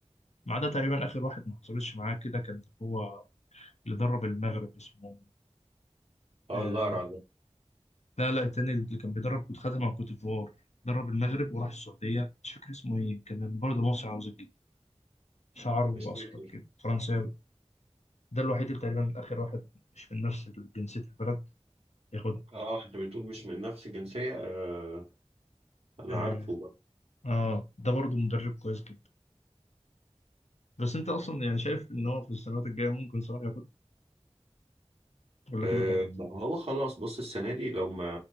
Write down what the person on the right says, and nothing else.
اه
الأقرع ده
مش فاكر
اه انت بتقول مش من نفس الجنسية آه انا
عارفه بقى
آه
ما هو خلاص بص السنة دي لو ما